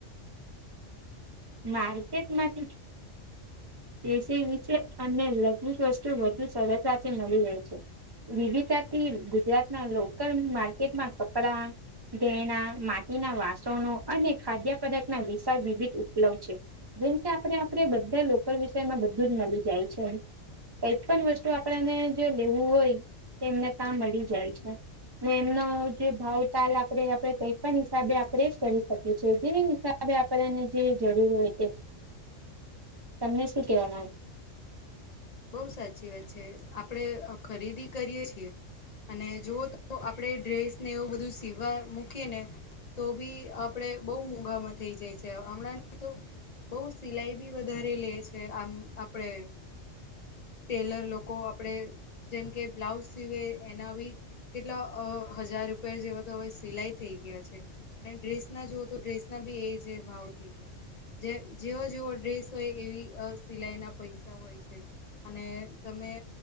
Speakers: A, on the right (about 35°); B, on the left (about 45°).
A: માર્કેટમાંથી. એસી વિશે અને લગ્ન જ વસ્તુ વધુ સરળતાથી મળી રહે છે. વિવિધતાથી ગુજરાતના લોકલ માર્કેટમાં કપડા ઘેણા, માટીના વાસણો અને ખાદ્ય પદાર્થના વિશાળ વિવિધ પલવ છે, જેમ કે આપણે આપડે બધા લોકલ વિષયમાં બધું જ મલી જાય છે. કઈક પણ વસ્તુ આપણને જો લેવું હોય તો એમને તા મલી જાય છે. ને એમનો જે ભાવ તાલ આપડે આપેડે કઈ પણ હિસાબે આપણે કરી શકીએ છે, જે હિસા બે આપનેને જે જરૂર હોય તે તમને શું કેહેવામાં
B: બઉ સાચી વાત છે, આપડે ખરીદી કરીએ છીએ અને જો તો આપણે ડ્રેસને એવું બધું સીવા મૂકીએ ને તો ભી આપડે બહુ મૂઘામાં થઈ જાય છે, હમણાંની તો, બોવ સિલાઈ બી વધારે લે છે, આમ આપડે ટેલર લોકો આપડે જેમ કે બ્લાઉઝ સિવે એના બી કેટલા અ હજાર રૂપિયા જેવા તો હવે સિલાઈ થઈ ગયા છે, અને ડ્રેસના જોવ તો ડ્રેસના બી એ જે ભાવ થય જાય છે, જે જેવો જેવો ડ્રેસ હોય એવી અ સિલાઈના પૈસા હોય છે. અને તમે